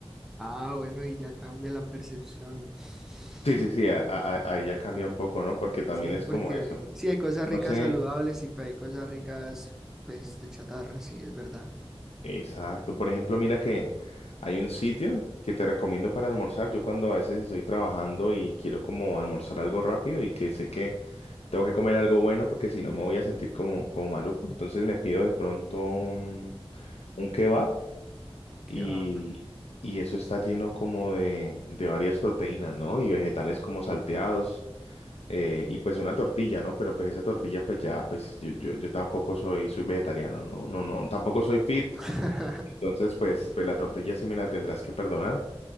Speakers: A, in the centre; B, on the left.
A: Ah, bueno, ahí ya cambia la percepción. <laughs>
B: Sí, sí, sí, a- a- a- ahí ya cambia un poco, ¿no? Porque también
A: Sí,
B: es
A: porque
B: como eso.
A: sí hay cosas
B: No
A: ricas
B: sé.
A: saludables y pues, hay cosas ricas, pues, de chatarra, sí, es verdad.
B: Exacto. Por ejemplo, mira que hay un sitio que te recomiendo para almorzar. Yo cuando a veces estoy trabajando y quiero como almorzar algo rápido y que sé que tengo que comer algo bueno porque si no me voy a sentir como, como maluco. Entonces me pido de pronto un, un kebab
A: Qué
B: y,
A: va.
B: y eso está lleno como de, de varias proteínas, ¿no? Y vegetales como salteados. eh, y pues una tortilla, ¿no? Pero pues esa tortilla, pues ya, pues yo, yo, yo tampoco soy, soy vegetariano, ¿no? No, no, tampoco soy fit,
A: <laughs>
B: entonces, pues, pues la tortilla sí me la tendrás que perdonar,